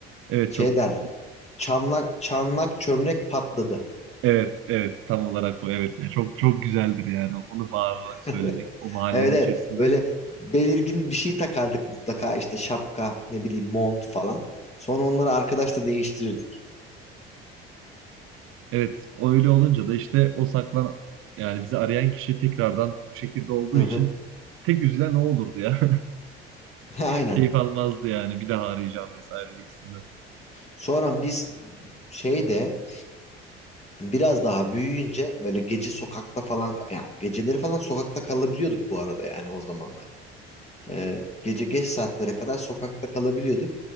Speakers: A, on the right; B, on the left.
A: Evet
B: Şey
A: çok
B: derdik. Çamlak çamlak çömlek patladı.
A: evet evet tam olarak o evet <laughs> Ya çok çok güzeldir yani onu bağırarak söylemek
B: <laughs>
A: o mahallenin
B: Evet evet.
A: içerisinde.
B: Böyle belirgin bir şey takardık mutlaka işte şapka ne bileyim mont falan. Sonra onları arkadaşla değiştirirdik.
A: Evet o öyle olunca da işte o saklan yani bizi arayan kişi tekrardan bu şekilde olduğu
B: Hı
A: için
B: hı.
A: tek üzülen o olurdu ya.
B: <laughs>
A: <laughs>
B: Aynen.
A: Keyif almazdı yani bir daha arayacağım vesaire gibisinden.
B: Sonra biz şeyde biraz daha büyüyünce böyle gece sokakta falan yani geceleri falan sokakta kalabiliyorduk bu arada yani o zamanlar. Ee, gece geç saatlere kadar sokakta kalabiliyorduk.